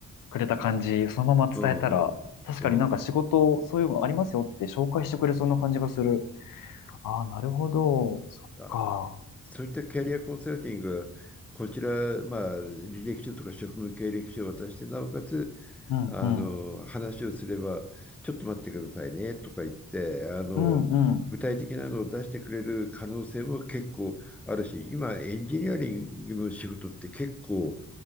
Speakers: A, on the left; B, in the centre.
A: くれた感じ、そのまま伝えたら、
B: うんうんうん
A: 確かになんか仕事、そういうのありますよって紹介してくれそうな感じがする。ああ、なるほど。そっか。
B: あそういったキャリアコンサルティングはこちら、まあ、履歴書とか職務経歴書を渡して、なおかつ
A: うんうん。
B: あの話をすれば、ちょっと待ってくださいねとか言って、あの具体的なのを出してくれる可能性も結構あるし、
A: うんうん。
B: 今、エンジニアリングの仕事って結構、